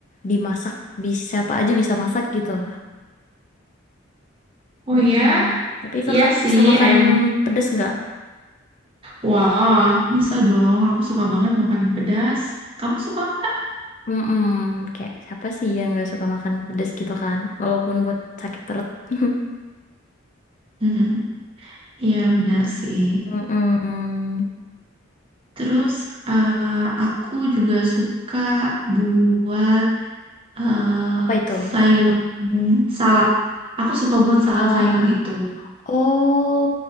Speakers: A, on the left; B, on the right.
A: dimasak. Bisa siapa aja bisa masak gitu.
B: Oh
A: Mm-mm.
B: ya,
A: Tapi kakaknya
B: iya sih
A: bisa makan
B: ayam.
A: pedas nggak?
B: Wah, bisa dong. Aku suka banget makanan pedas. Kamu suka nggak?
A: Mm-mm. Kayak siapa sih yang nggak suka makan pedas gitu kan? Walaupun buat sakit perut. <laughs>
B: <laughs> Iya, benar sih.
A: Mm-mm.
B: Terus eh, aku juga suka buat eh
A: Apa itu?
B: sayur mm, salad. Aku suka buat salad
A: Salad.
B: sayur gitu.
A: Oh,